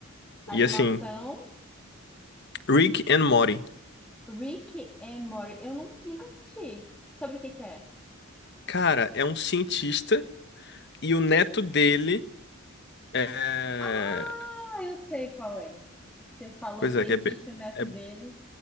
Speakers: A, in the centre; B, on the left.
A: animação
B: e assim, Rick and Morty.
A: Rick and Morty. Eu nu- nunca assisti. Sobre o que que é?
B: Cara, é um cientista e o neto dele é,
A: Ah, eu sei qual é. Você falou
B: pois
A: cientista
B: é, que é, be-
A: e o neto
B: é,
A: dele.